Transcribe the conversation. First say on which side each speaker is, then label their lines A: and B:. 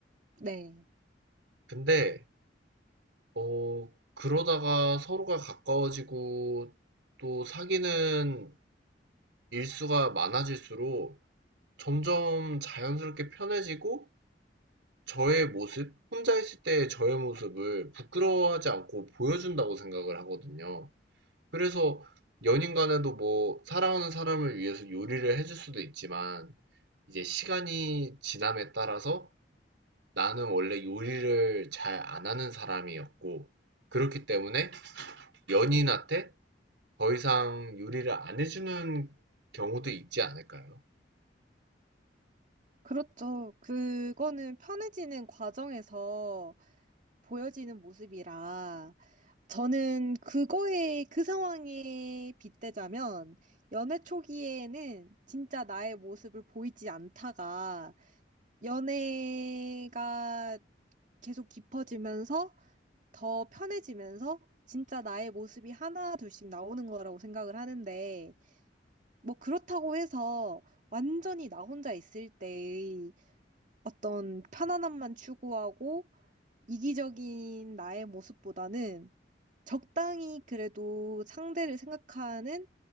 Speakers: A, on the right; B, on the right.
A: 네.
B: 근데, 어, 그러다가 서로가 가까워지고 또 사귀는 일수가 많아질수록 점점 자연스럽게 편해지고 저의 모습, 혼자 있을 때의 저의 모습을 부끄러워하지 않고 보여준다고 생각을 하거든요. 그래서 연인 간에도 뭐 사랑하는 사람을 위해서 요리를 해줄 수도 있지만 이제 시간이 지남에 따라서 나는 원래 요리를 잘 안 하는 사람이었고 그렇기 때문에 연인한테 더 이상 요리를 안 해주는 경우도 있지 않을까요?
A: 그렇죠. 그거는 편해지는 과정에서 보여지는 모습이라 저는 그거에 그 상황에 빗대자면 연애 초기에는 진짜 나의 모습을 보이지 않다가 연애가 계속 깊어지면서 더 편해지면서 진짜 나의 모습이 하나 둘씩 나오는 거라고 생각을 하는데 뭐 그렇다고 해서 완전히 나 혼자 있을 때의 어떤 편안함만 추구하고 이기적인 나의 모습보다는 적당히 그래도 상대를 생각하는